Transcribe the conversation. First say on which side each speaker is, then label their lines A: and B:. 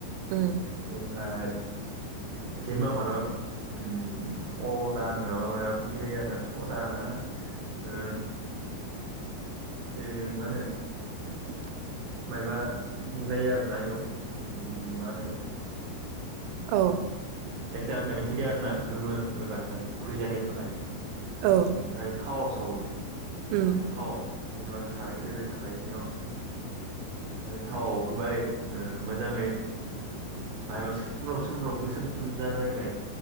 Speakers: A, on the right; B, on the right.
A: म
B: ओमफाय जनेमा माबा ओम सदा नङाबा माबा मिलायो आरोना सदाना ओ ए मा होनो
A: आ
B: मायबा मिलायो आरोना इयाव मा होनो
A: औ।
B: एक्सट्रा मोनसे गैया आरोना गोमो बायमोन गुरै जानायनि थाखाय
A: औ
B: ओमफ्राय। थावाव सावो
A: उम
B: मा थाव जेनेबा साराय गोदिर थाखायसनियाव थावाव होबाय मोजाङै। बाहाय मा सोमब्राव सोमब्राव गोसोम ससोम जालायलाय